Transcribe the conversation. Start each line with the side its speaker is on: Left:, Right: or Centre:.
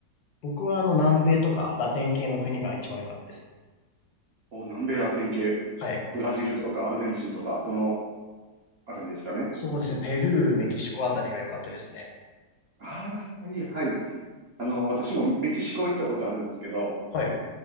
Left: 僕はあの南米とかラテン系の国が一番良かったですね。
Right: お、南米ラテン系。
Left: はい。
Right: ブラジルとかアルゼンチンとか、そのあたりですかね。
Left: そうですね。ペルー、メキシコあたりが良かったですね。
Right: ああ、はい、はい。あの、私もメキシコ行ったことあるんですけど、
Left: はい。